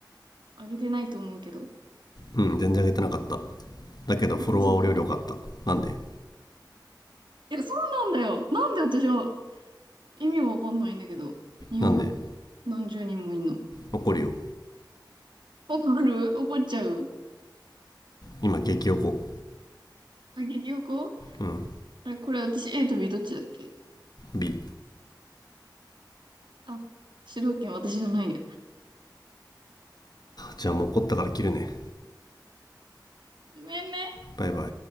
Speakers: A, on the right; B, on the left.
A: あげてないと思うけど。
B: うん全然上げてなかっただけどフォロワー俺より良かったなんで
A: うんいや、そうなんだよ。なんで私は意味がわかんないんだけど。200何十人もいんの。
B: なんで怒るよ
A: わかる怒っちゃう。
B: 今激怒
A: あ、結局
B: うん
A: あれ、これ私 A と B どっちだっけ
B: B
A: あ、主導権私じゃないや。
B: じゃあもう怒ったから切るね
A: ごめんね。
B: バイバイ